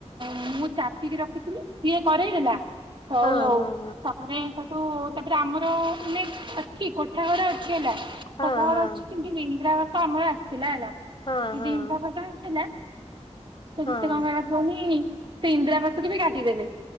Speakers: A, on the right; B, on the left.
A: ମୁଁ ଚାପିକି ରଖିଥିଲି। ସିଏ କରେଇଦେଲା ହଉ
B: ହଁ ହଁ ହଁ
A: ହଉ ତାପରେ ତାକୁ ତାପରେ ଆମର ମାନେ ଅଛି କୋଠା ଘର ଅଛି ହେଲା
B: ହଁ
A: କୋଠା
B: ହଁ ହଁ
A: ଘର ଅଛି କି ଇଦ୍ରାବାସ ଆମର ଆସିଥିଲା ହେଲା।
B: ହଁ
A: କି
B: ହଁ ହଁ ହଁ
A: ଦିନ୍ତା କଥାଆସିଚିନା ତୁନତୁର
B: ହଁ
A: ମାଳ ଖାଉନି ସେ ଇନ୍ଦିରା ବାସକୁବି କାଟିଦେଲେ।